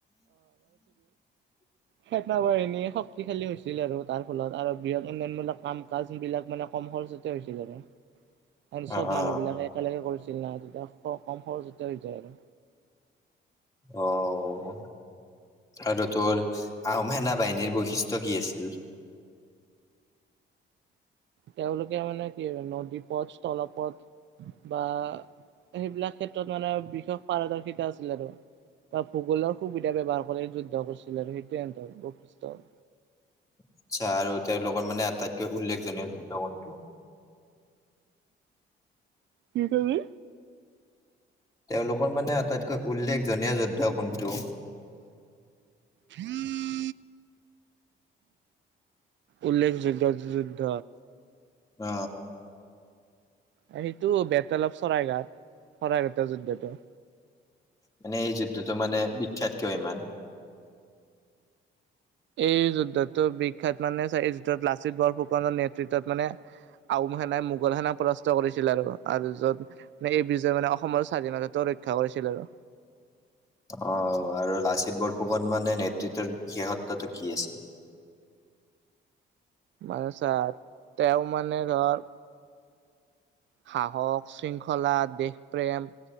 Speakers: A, on the left; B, on the right.
A: <inaudible>
B: সেনাবাহিনী শক্তিশালী হৈছিল আৰু তাৰ ফলত আৰু বৃহৎ উন্নয়নমূলক কাম কাজ বিলাক মানে কম খৰচ খৰচতে হৈছিল‌ আৰু
A: <inaudible>
B: এ চব
A: অ
B: মানুহ বিিলাকে একেলগে কৰিছিল না তেতিয়া কম খৰচতে হৈ যায় আৰু
A: আহ আৰু তোৰ আহোম সেনা বাহিনীৰ বৈশিষ্ট্য কি আছিল
B: তেওঁলোকে মানে কি নদী পথ তলপথ বা সেইবিলাক ক্ষেত্ৰত মানে বিশেষ পাৰদৰ্শিতা আছিল আৰু বা ভূগোলৰ সুবিধা ব্যৱহাৰ কৰি যুদ্ধ কৰিছিল আৰু সেইটোোৱেতৰ বৈশিষ্ট আৰু
A: আচ্ছা আৰু তেওঁৰ লগত মানে আটাইতকৈ উল্লেখজনীয় যুক্তগণটো
B: কি কাবি।
A: তেওঁলোকৰ মানে আটাইতকৈ উল্লেখজনীয় যুদ্ধ কোনটো।
B: হম উল্লেখযুদ্ধ যুদ্ধ
A: অ।
B: সেইটো বেতলপ চৰাইঘাট চৰাইঘাটৰ যুদ্ধতটো।
A: মানে এই যুদ্ধতটো মানে বিখ্যাত কিয় ইমান
B: এই যুদ্ধতটো বিখ্যাত মানে এই যুদ্ধত লাচিত বৰফুকনৰ নেতৃত্বত মানে আহউম সেনাই মোগল সেনা পৰাস্ত কৰিছিল আৰুত এই বিজয়ে মানে অসমৰ। স্বাধীনতা তো ৰক্ষা কৰিছিল আৰু
A: আহ আৰু লাচিত বৰফুকনমানানে নেতৃত্বৰ বিশেষত্বটো কি আছিল। <inaudible>
B: মানে চা তেওঁ মানে ধৰ সাহস শৃংখলা দেশপ্ৰেম।